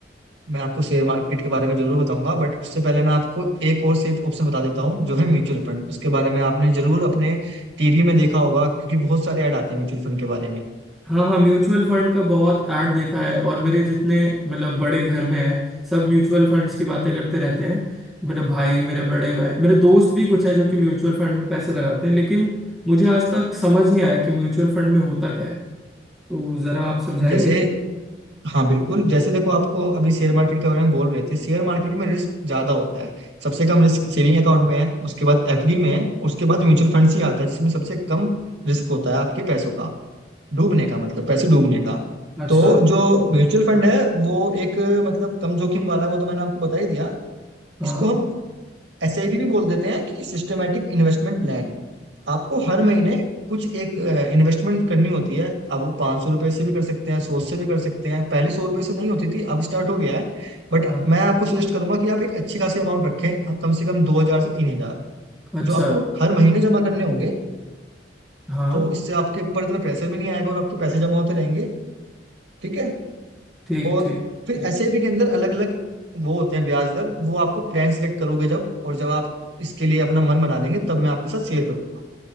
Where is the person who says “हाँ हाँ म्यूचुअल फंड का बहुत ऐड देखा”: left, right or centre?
Centre